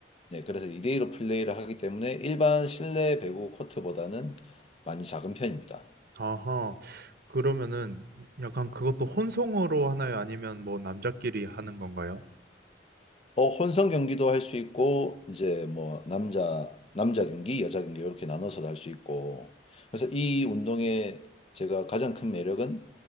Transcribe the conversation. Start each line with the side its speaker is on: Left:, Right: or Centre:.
Left: 네, 그래서 2대2로 플레이를 하기 때문에 일반 실내 배구 코트보다는 많이 작은 편입니다.
Right: 아하, 그러면은 약간 그것도 혼성으로 하나요? 아니면 뭐 남자끼리 하는 건가요?
Left: 어, 혼성 경기도 할 수 있고, 이제 뭐, 남자, 남자 경기, 여자 경기, 이렇게 나눠서도 할 수 있고. 그래서 이 운동의 제가 가장 큰 매력은